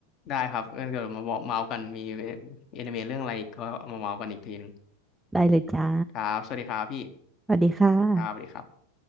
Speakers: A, on the left (about 35°); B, in the centre.
A: ได้ครับงั้นเกิดมาบอกเมาส์กันมีแอนิเมะเรื่องอะไรก็เอามาเมาส์กันอีกทีหนึ่ง
B: ได้เลยจ้า
A: ครับสวัสดีครับพี่
B: สวัสดีค่ะ
A: ครับสวัสดีครับ